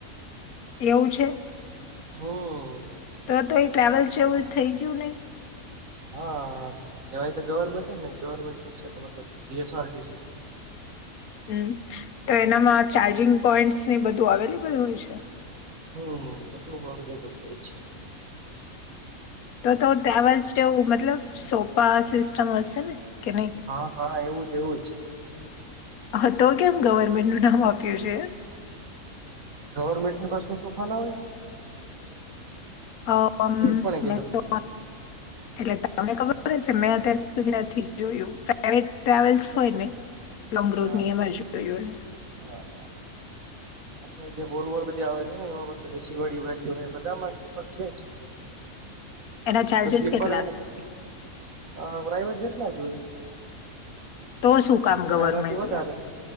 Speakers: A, on the left; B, on the right.
A: એવું છે.
B: હ.
A: તો તો એ ટ્રાવેલ છે એવું થઇ ગયું નહીં.
B: હા કેવાય તો ગવર્મેન્ટ જ ને ગવર્મેન્ટ ની છે તો મતલબ સી એસઆરસી.
A: હમ તો એનામાં ચાર્જિંગ પોઈન્ટસ ને બધું અવેલેબલ હોય છે.
B: હમ બધું અવેલેબલ હોય છે.
A: તો તો તવા જેવું મતલબ સોફા સિસ્ટમ હશે ને? કે નહી
B: હા હા એવું જ એવું જ.
A: હા તો કેમ ગવર્મેન્ટ નું નામ આપ્યું છે.
B: ગવર્મેન્ટની બસ ન સોફા ના હોય.
A: અ
B: એવું કોણે
A: મે
B: કીધું
A: તો. એટલે તમને ખબર હો છે મેં અત્યાર સુધી નથી જોયું. પ્રાઈવેટ ટ્રાવેલ્સ હોય ને લોંગ રૂટ ની
B: ના
A: એમજ જોયુંને.
B: હા. અત્યારે જે બોલવલ બધી આવે છે ને એમાં મતલબ એસી વાળી ગાડીઓ હો બધા માં સ્લીપર છે જ.
A: એના ચાર્જસ
B: તો સ્લીપર
A: કેટલા છે?
B: ના કે હ પ્રાઈવેટ જેટલા જ હોય
A: તો શું કામ ગવર્મેન્ટ
B: કનાથી વધારે.
A: યાર